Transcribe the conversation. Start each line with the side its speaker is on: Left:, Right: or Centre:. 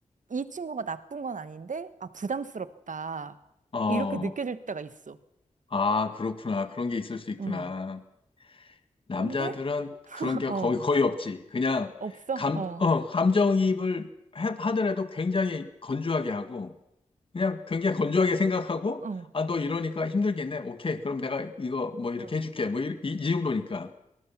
Right: 이 친구가 나쁜 건 아닌데, 아, 부담스럽다.
Left: 어,
Right: 이렇게 느껴질 때가 있어.
Left: 아, 그렇구나. 그런 게 있을 수 있구나.
Right: 음.
Left: 남자들은
Right: 근데, <laughs>
Left: 그런 게
Right: 어,
Left: 거의, 거의 없지. 그냥
Right: 없어?
Left: 감,
Right: 어,
Left: 어, 감정이입을 하- 하더라도 굉장히 건조하게 하고, 그냥 굉장히 건조하게 생각하고,
Right: 어.
Left: 아, 너 이러니까 힘들겠네. 오케이. 그럼 내가 이거 뭐 이렇게
Right: 어.
Left: 해줄게. 뭐 이, 이, 이 정도니까.